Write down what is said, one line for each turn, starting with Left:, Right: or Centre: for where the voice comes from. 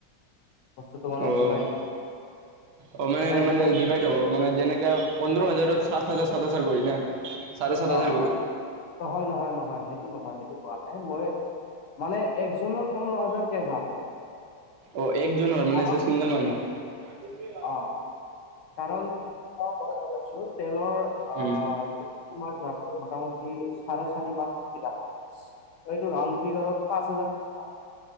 Left: বস্তুটো মানে
Right: অ',
Left: ডিভাইড
Right: অ', মানে
Left: ডিভাইড
Right: মানে
Left: হ'লে
Right: ডিভাইড হ'ব মানে যেনেকে পোন্ধৰ হাজাৰত সাত হাজাৰ সাত হাজাৰ কৰি না। চাৰে সাত হাজাৰ
Left: অ',
Right: কৰি
Left: অ', কহয় নহয় নহয় সেইটো নহয় সেইটো কোৱা নাই। মই মানে একজনৰ পোন্ধৰ হাজাৰকে যাব?
Right: অ', এক জনৰ মানে
Left: কাৰণ
Right: ছা ছিংগল মানুহ। <inaudible>
Left: অ', কাৰণ চোৱা মই কৈ আছোঁ তেলৰ আহ
Right: উম।
Left: তোমাৰ যাব মোটামুটি চাৰে চাৰি মান <unintelligible> এইটো ৰাউণ্ড ফিগাৰত পাঁচ হাজাৰ টকা।